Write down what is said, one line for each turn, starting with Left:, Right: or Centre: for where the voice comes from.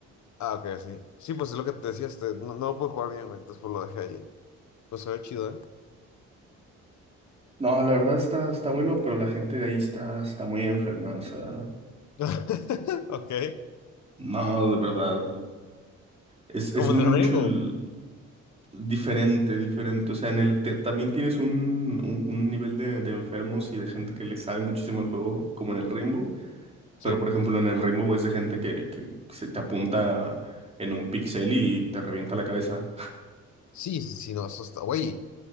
Left: Ah, ok, sí. Sí, pues es lo que te decía, este, no, no lo pude jugar bien, güey, entonces pues lo dejé ahí. Pues se ve chido, ¿eh?
Right: No, la verdad está, está bueno, pero la gente de ahí está, está muy enferma, o sea.
Left: <laughs> Ok.
Right: No, de verdad. Es,
Left: Como
Right: es mucho
Left: en el Rainbow.
Right: el. Diferente, diferente. O sea, en el te- también tienes un, un, un nivel de, de enfermos y de gente que le sabe muchísimo el juego, como en el Rainbow.
Left: Sí.
Right: Pero, por ejemplo, en el Rainbow es de gente que, que se te apunta en un pixel y te revienta la cabeza. <laughs>
Left: Sí, sí, sí, no, eso está. Güey,